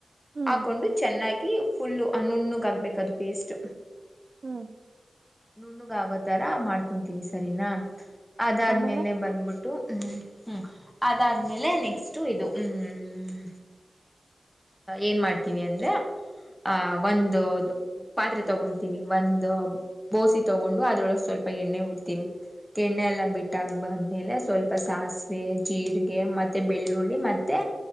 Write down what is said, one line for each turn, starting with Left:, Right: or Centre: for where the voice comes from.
Right: ಹ್ಮ್
Centre: ಹಾಕೊಂಡು ಚೆನ್ನಾಗಿ ಫುಲ್ ನುಣ್ಣು ಆಗ್ಬೇಕು ಅದು ಪೇಸ್ಟ್
Right: ಹ್ಮ್
Centre: ನುಣ್ಣಗ ಆಗೋತರ ಮಾಡ್ಕೊಂತೀವಿ ಸರಿನಾ ಅದಾದ್ಮೇಲೆ
Right: ಆಮೇಲೆ
Centre: ಬಂದಬಿಟ್ಟು ಹ್ಮ್ ಹ್ಮ್ ಅದಾದ್ಮೇಲೆ ನೆಕ್ಸ್ಟ್ ಇದು ಹ್ಮ್ ಏನ್ ಮಾಡ್ತೀವಿ ಅಂದ್ರೆ ಆಹ ಒಂದು ಪಾತ್ರೆ ತಗೊಂತೀವಿ ಒಂದು ಬೋಸೆ ತಗೊಂಡು ಅದ್ರೊಳಗೆ ಸ್ವಲ್ಪ ಎಣ್ಣೆ ಬಿಡ್ತೀವಿ ಎಣ್ಣೆ ಎಲ್ಲಾ ಬಿಟ್ಟಾಕ್ ಬಾದ್ಮೇಲೆ ಸ್ವಲ್ಪ ಸಾಸಿವೆ ಜೀರಿಗೆ ಮತ್ತೆ ಬೆಳ್ಳುಳ್ಳಿ ಮತ್ತೆ